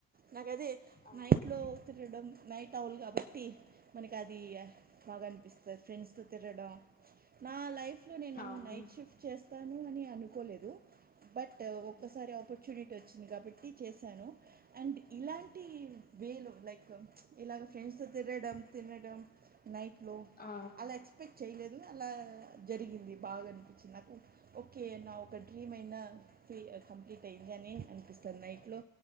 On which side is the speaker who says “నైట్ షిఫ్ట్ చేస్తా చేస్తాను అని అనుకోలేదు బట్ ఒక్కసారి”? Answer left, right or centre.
Right